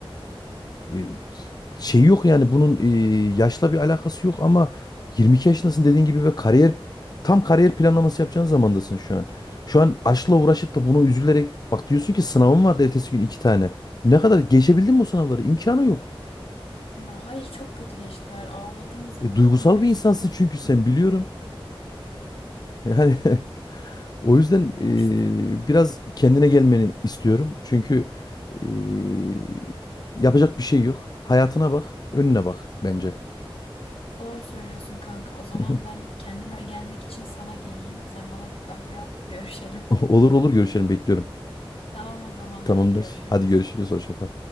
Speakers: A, on the left; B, on the left.
A: E, şey yok yani bunun e, yaşla bir alakası yok ama 22 yaşındasın dediğin gibi ve kariyer tam kariyer planlaması yapacağın zamandasın şu an. Şu an aşkla uğraşıp da bunu üzülerek bak diyorsun ki sınavım vardı ertesi gün iki tane. Ne kadar geçebildin mi o sınavları? İmkanı yok.
B: Ya hayır çok kötü geçtiler. Ağladım, zırladım,
A: E, duygusal
B: bir
A: bir
B: sürü
A: insansın
B: üzüldüm.
A: çünkü sen biliyorum. Yani <laughs> o yüzden
B: Ya işte.
A: e, biraz kendine gelmeni istiyorum. Çünkü e, yapacak bir şey yok. Hayatına bak, önüne bak bence.
B: Doğru söylüyorsun kanka. O zaman
A: <laughs>
B: ben kendime gelmek için sana geleyim. Sen bana bir kahve yap, görüşelim.
A: Olur olur görüşelim bekliyorum.
B: <laughs> Tamam o zaman
A: Tamamdır.
B: hadi görüşürüz.
A: Hadi görüşürüz. Hoşça kal.